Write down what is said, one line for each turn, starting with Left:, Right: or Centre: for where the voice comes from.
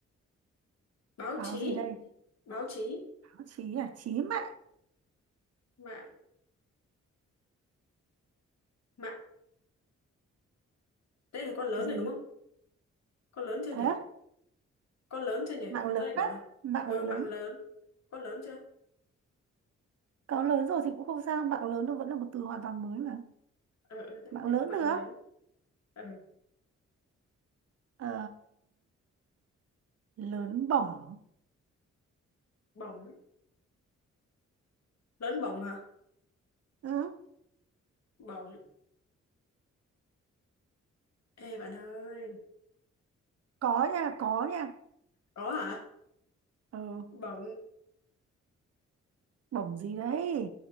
Left: Báo
Right: báo
Left: chí.
Right: gì đây
Left: Báo chí.
Right: báo chí à chí mạng
Left: Mạng. Mạng. Đây là con lớn
Right: gì
Left: rồi đúng không? Con lớn chưa
Right: à,
Left: nhỉ? Con lớn chưa nhỉ?
Right: mạng lớn
Left: Tao định bảo
Right: á
Left: nào?
Right: mạng
Left: Ừ,
Right: lớn
Left: mạng lớn. Con lớn chưa?
Right: có lớn rồi thì cũng không sao mạng lớn nó vẫn là một từ hoàn toàn mới mà
Left: Ừ, ừ, đúng
Right: mạng
Left: được.
Right: lớn
Left: Mạng
Right: được
Left: lớn. Ừ,
Right: Ờ, lớn bổng
Left: bỏng. Lớn bỏng hả?
Right: ừ.
Left: Bỏng. Ê bạn ơi.
Right: có nha có nha
Left: Có hả?
Right: ừ.
Left: Bỏng.
Right: bổng gì đấy